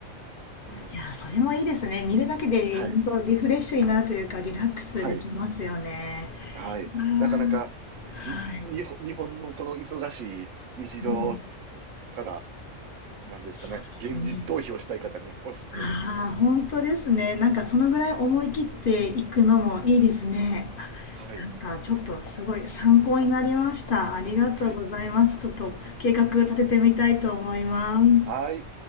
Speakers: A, on the right; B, on the left.
A: うん。
B: ーいやー、それもいいですね。見るだけで本当リフレッシュになるというか、
A: はい。
B: リラックスできますよね。
A: はい。はい。
B: あー
A: なかなか、
B: はい。
A: に、日本日本のこの忙しい日常
B: うん。
A: から、なんですかね、
B: そうですね。
A: 現実逃避をしたい方におすすめです。
B: ああ、本当ですね。なんかそのぐらい思い切っていくのもいいですね。あなんかちょっとすごい参考になりました。
A: はい。
B: ありがとうございます。
A: はい。
B: ちょっと計画立ててみたいと思います。
A: はい。